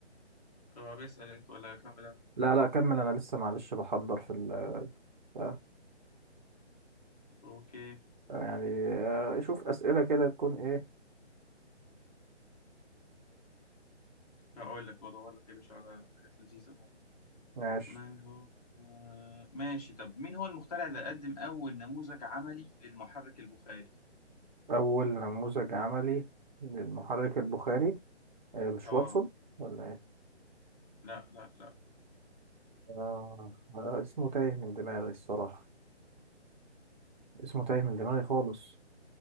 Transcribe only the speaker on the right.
لا لا كمل أنا لسه معلش بحضر في ال آه،
آه، يعني آه، شوف أسئلة كده تكون إيه
ماشي
أول نموذج عملي للمحرك البخاري آه، مش
واتسون ولا إيه؟
آه آه، اسمه تايه من دماغي الصراحة اسمه تايه من دماغي خالص